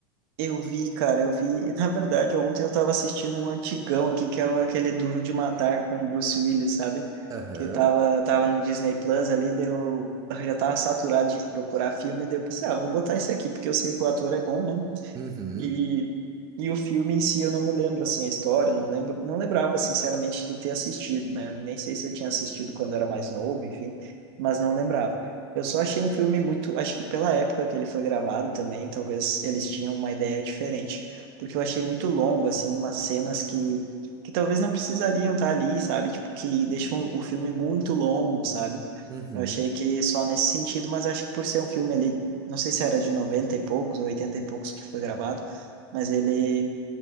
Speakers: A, on the right; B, on the right.
A: Eu vi, cara, eu vi. <laughs> Na verdade, ontem eu tava assistindo um antigão aqui, que é o- aquele Duro de Matar com o Bruce Willis, sabe?
B: Aham.
A: Que tava, tava no Disney Plus ali, daí eu eu já tava saturado de procurar filme, daí eu pensei, ah, vou botar esse aqui, porque eu sei que o ator é bom, né?
B: Uhum.
A: E, e o filme em si eu não me lembro assim a história, não lembro, não lembrava sinceramente de ter assistido, né? Nem sei se eu tinha assistido quando era mais novo, enfim, mas não lembrava. Eu só achei um filme muito, acho que pela época que ele foi gravado também, talvez eles tinham uma ideia diferente, porque eu achei muito longo assim, umas cenas que que talvez não precisariam estar ali, sabe? Tipo que deixam o filme muito longo, sabe?
B: Uhum.
A: Eu achei que só nesse sentido, mas acho que por ser um filme ali, não sei se era de 90 e poucos ou 80 e poucos que foi gravado, mas ele,